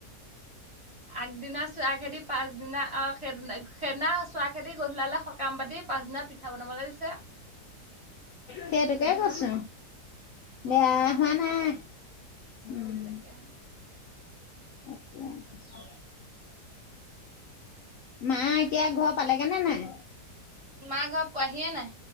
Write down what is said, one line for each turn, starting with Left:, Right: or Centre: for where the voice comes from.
Right: আগদিনা চোৱা খেদি পাছদিনা আহ সেইদিনা-সেইদিনা চোৱা খেদি গধূলালে সকাম পাতি পাছদিনা পিঠা বনাবলৈ দিছে।
Left: সেইটোকে কছো বেয়া
Right: উম
Left: হোৱা নাই। উম,
Right: তাকে।
Left: <unintelligible> মা এতিয়া ঘৰ পালেগে নে নাই?
Right: মা ঘৰ পোৱাহিয়ে নাই